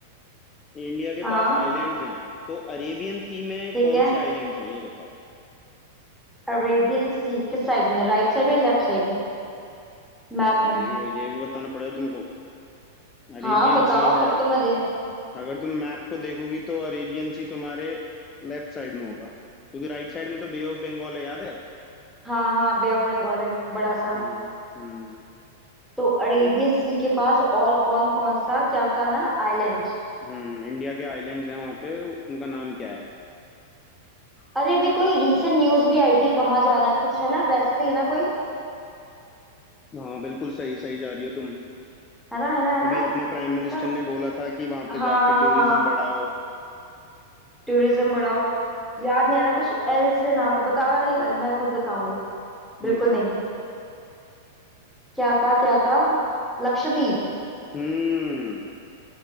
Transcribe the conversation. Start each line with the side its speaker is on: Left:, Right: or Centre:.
Left: इंडिया के
Centre: हाँ
Left: पास आइलैंड्स हैं तो अरेबियन सी में
Centre: ठीक
Left: कौन
Centre: है
Left: से आइलैंड्स हैं ये बताओ
Centre: अरेबियन सी किस साइड में राइट साइड में लेफ्ट साइड में मैप
Left: अब यार
Centre: में
Left: ये भी ये भी बताना पड़ेगा तुमको अरेबियन
Centre: हाँ बताओ
Left: सी है
Centre: तब तो मैं दे
Left: अगर तुम मैप को देखोगी तो अरेबियन सी तुम्हारे लेफ्ट साइड में होगा क्योंकि राइट साइड में तो बे ऑफ बंगाल है याद है
Centre: हाँ हाँ बे ऑफ बंगाल है बड़ा सा
Left: हम्म हम्म
Centre: तो अरेबियन सी के पास और कौन कौन सा क्या बताना आइलैंड
Left: हम्म इंडिया के आइलैंड्स हैं वहाँ पे उनका नाम क्या है
Centre: अरे अभी कोई रिसेंट न्यूज भी आई थी कहाँ जाना है कुछ है ना वैसे ही ना कोई
Left: हाँ बिल्कुल सही सही जा रही हो तुम
Centre: है ना है ना है
Left: अभी
Centre: ना
Left: अपने प्राइम मिनिस्टर
Centre: उसका
Left: ने बोला था कि वहाँ
Centre: हाँ
Left: पे जाके
Centre: हाँ
Left: टूरिज्म
Centre: हाँ
Left: बढ़ाओ
Centre: टूरिज्म बढ़ाओ याद नहीं आ रहा कुछ एल से नाम है बताना नहीं मैं मैं खुद बताऊंगी बिल्कुल
Left: हम्म हम्म
Centre: नहीं क्या था क्या था लक्षद्वीप
Left: हम्म,